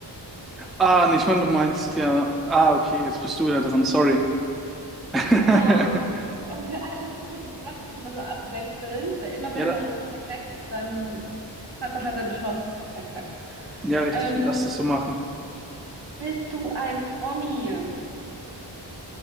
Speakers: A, in the centre; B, on the right.
A: Ah, nee, ich meine, du meinst ja. Ah, okay, jetzt bist du wieder dran, sorry. <laughs>
B: Genau, aber wirklich, <laughs> alles gut. Ich mache das immer so abwechselnd, weil immer wenn
A: Ja, da,
B: man verkackt, dann hat man halt eine Chance verkackt.
A: ja, richtig,
B: Ähm,
A: lass das so machen.
B: bist du ein Promi?